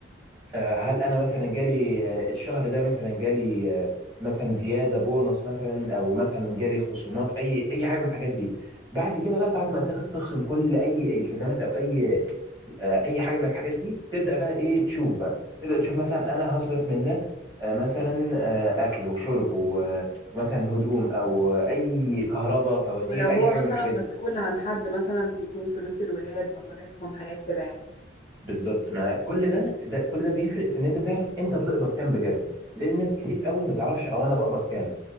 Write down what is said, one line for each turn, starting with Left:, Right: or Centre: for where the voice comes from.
Right: آه، هل انا مثلا جالي آه، الشهر ده مثلا جالي آه، مثلا زياده بونص مثلا او مثلا جالي خصومات اي اي حاجه من الحاجات دي بعد كده بقى بعد ما تخ- تخصم كل اي التزامات او اي آه، اي حاجه من الحاجات دي تبدا بقى ايه تشوف بقى تبدا تشوف مثلا انا هصرف من ده آه، مثلا آه، اكل وشرب و- آه، ومثلا هدوم او آه، اي كهرباء فواتير
Left: ولو هو
Right: اي حاجه
Left: مثلا
Right: من الحاجات
Left: مسؤول
Right: دي
Left: عن حد مثلا تكون فلوس الولاد مصاريفهم حاجات كده
Right: بالظبط مع كل ده, ده كل ده بيفرق في ان انت تعرف انت بتقبض كام بجد لان ناس كتير قوي ما تعرفش او انا بقبض كام